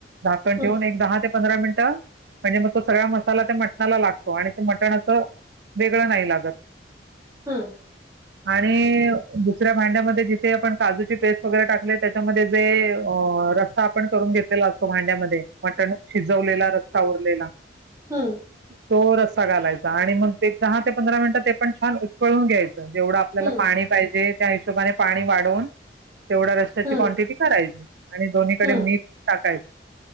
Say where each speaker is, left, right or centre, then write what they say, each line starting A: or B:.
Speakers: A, on the right (about 65°); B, on the right (about 20°).
A: झाकण
B: हं.
A: ठेवून एक दहा ते पंधरा मिनिटं, म्हणजे मग तो सगळा मसाला त्या मटणाला लागतो आणि ते मटण असं वेगळं नाही लागत.
B: हं.
A: आणिईई दुसऱ्या भांड्यामध्ये जिथे आपण काजूची पेस्ट वगैरे टाकलेय त्याच्यामध्ये जेजेजे अअ रस्सा आपण करून घेतलेला असतो भांड्यामध्ये मटण शिजवलेला रस्सा उरलेला
B: हं.
A: तो रस्सा घालायचा आणि मग ते दहा ते पंधरा मिनिटं ते पण छान उकळून घ्यायचं, जेवढं आपल्याला
B: हं.
A: पाणी पाहिजे त्या हिशोबाने पाणी वाढवून तेवढ्या रश्शची
B: हं.
A: क्वांटिटी करायची आणि दोन्हीकडे
B: हं.
A: मीठ टाकायचे.